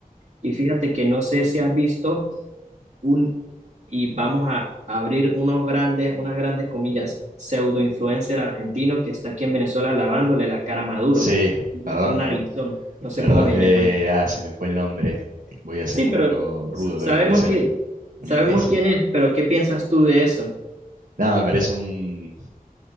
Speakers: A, on the right; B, on the right.
A: Y fíjate que no sé si has visto un, y vamos a abrir unos grandes, unas grandes comillas, pseudo influencer argentino que está aquí en Venezuela lavándole la cara a Maduro,
B: Sí, perdón,
A: un narizón, no sé
B: perdón.
A: cómo se
B: eh,
A: llama.
B: ah, se me fue el nombre. Voy a ser
A: Sí,
B: un
A: pero
B: poco rudo,
A: s-
B: pero
A: sabemos
B: me parece
A: que,
B: un, un
A: sabemos
B: imbécil.
A: quién es, pero ¿qué piensas tú de eso?
B: No, me parece un,